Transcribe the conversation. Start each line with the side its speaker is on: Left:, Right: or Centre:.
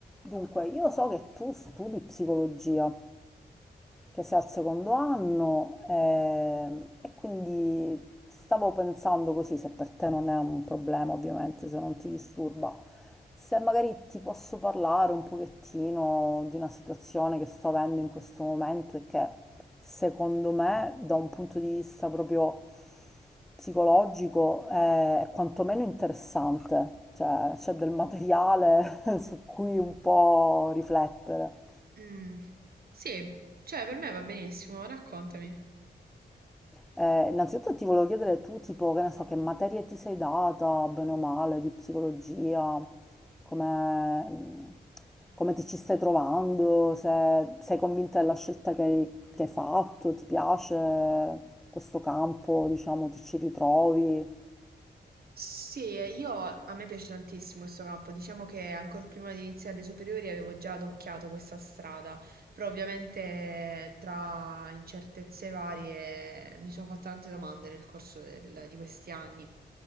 Centre: Dunque, io so che tu studi psicologia che sei al secondo anno ehm, e quindi stavo pensando così, se per te non è un problema ovviamente, se non ti disturba, se magari ti posso parlare un pochettino di una situazione che sto avendo in questo momento e che secondo me da un punto di vista proprio psicologico eh, è quantomeno interessante, cioè c'è del materiale <laughs> su cui un po' riflettere.
Right: Mh, sì, cioè per me va benissimo, raccontami.
Centre: Eh, innanzitutto ti volevo chiedere tu, tipo, che ne so, che materie ti sei data, bene o male, di psicologia, come, come ti ci stai trovando, se sei convinta della scelta che hai, che hai fatto, ti piace questo campo, diciamo, ti ci ritrovi.
Right: Sì, io a me piace tantissimo questo campo, diciamo che ancora prima di iniziare le superiori avevo già adocchiato questa strada, però ovviamente tra incertezze varie mi sono fatte tante domande nel corso del- di questi anni